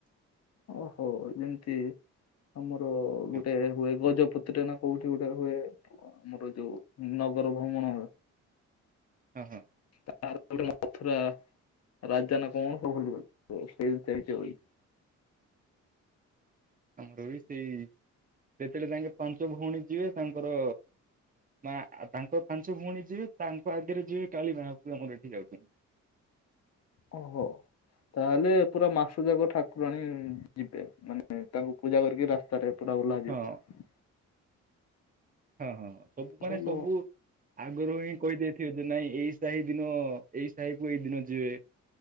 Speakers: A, on the left; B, on the right.
A: ଓହୋ ଯେମିତି ଆମର
B: ଏମିତି
A: ଗୋଟେ
B: ଅଛି।
A: ହୁଏ ଗଜପତିରେ ନା କୋଉଠି ଗୋଟେ ହୁଏ ଆମର ଯୋଉ ନଗର ଭ୍ରମଣ।
B: ହଁ ହଁ।
A: ତା ଗୋଟେ ମଥୁରା ରାଜଜା ନା କମଣ ଭଲଗ ତ ସେଇ ଚାହିଛି ହ
B: ଆମର ବି ସେଇ ଯେତେବେଳେ ତାଙ୍କେ ପାଞ୍ଚ ଭଉଣୀ ଯିବେ ତାଙ୍କର ମା ତାଙ୍କ ପାଞ୍ଚ ଭଉଣୀ ଯିବେ ତାଙ୍କ ଆଗରେ ଯିବେ କାଳୀ ମାହା ଆମର ଏଠି ଯାଉଛନ୍ତି।
A: ଓହୋ। ତାହେଲେ ପୁରା ମାସ ଯାକ ଠାକୁରାଣୀ ଯିବେ ମାନେ ତାଙ୍କୁ ପୂଜା କରିକି ରାସ୍ତାରେ ପୁରୁରା ଓଲା
B: ହଁ
A: ଯିବ।
B: ହଁ ହଁ ସବୁ ମାନେ
A: ଭଲ
B: ସବୁ ଆଗରୁ ହିଁ କହିଦେଇ ଯେ ନାଇଁ ଏଇ ସାହି ଦିନ ଏଇ ସାହି କୁ ଏଇ ଦିନ ଯିବେ